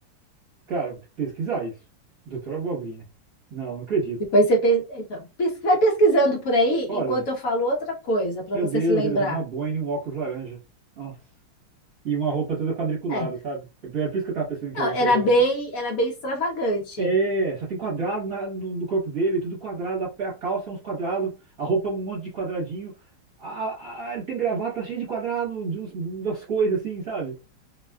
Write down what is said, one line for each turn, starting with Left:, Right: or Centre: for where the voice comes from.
Right: Cara, vou ter que pesquisar isso. Doutora Abobrinha. Não, não acredito.
Left: Depois você pe- então, pes- vai pesquisando por aí
Right: Olha,
Left: enquanto eu falo outra coisa para
Right: meu
Left: você
Right: Deus,
Left: se lembrar.
Right: ele usava uma boina e um óculos laranja. Nossa. E uma roupa toda quadriculada,
Left: É,
Right: sabe? Era por isso que eu tava pensando que
Left: não,
Right: era
Left: era
Right: alguma coisa única.
Left: bem, era bem extravagante.
Right: É, só tem quadrado na- no, no corpo dele, tudo quadrado, a, pe- a calça é uns quadrados, a roupa é um monte de quadradinho. A, a- a- ele tem gravata cheia de quadrado, de uns, umas coisas assim, sabe?